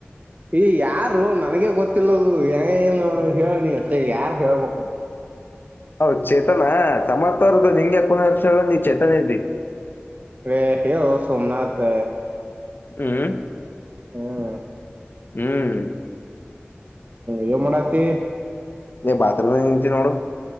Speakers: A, on the right; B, on the left.
A: ಈ ಯಾರು ನನ್ಗ ಗೊತ್ತಿಲ್ಲದು ಏನು ಹೇಳನಿ ಅಷ್ಟೆ ಯಾರ ಹೇಳ್ಬೇಕದು
B: ಹ ಹೌದ್ ಚೇತನ ಸಮರ್ಥವರ್ದ ನಿಂಗೆ ಕುನ ಅರ್ಷಲ್ಲ ನೀ್ ಚೇತನ ಇರಿ
A: ರೇ ಹೇಳು ಸೋಮನಾಥ್
B: ಹ್ಮ್
A: ಹ್ಮ್
B: ಹ್ಮ್
A: ಹ್ಮ್ ಮಾಡಣಾತಿ
B: ನೀ ಬಾಥರೂಮ ನಿಚ ನೋಡೋ